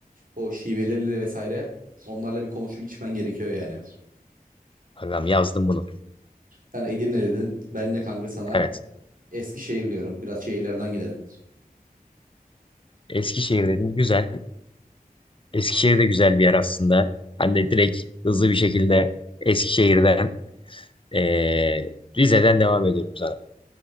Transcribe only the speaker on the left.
Adam yazdım bunu.
Evet.
Eskişehir dedim. Güzel. Eskişehir de güzel bir yer aslında. Hani de direkt hızlı bir şekilde Eskişehir'den Ee, Rize'den devam ediyorum sana.